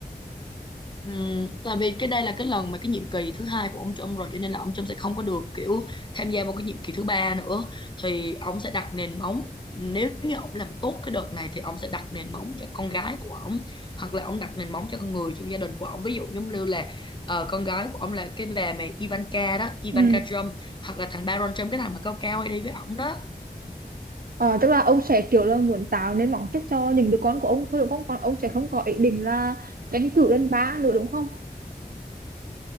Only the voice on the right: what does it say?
Ừ.
Ờ, tức là ông sẽ kiểu là muốn tạo nên mong trước cho những đứa con của ông thôi đúng không còn ông sẽ không có ý định là tranh cử lên ba nữa đúng không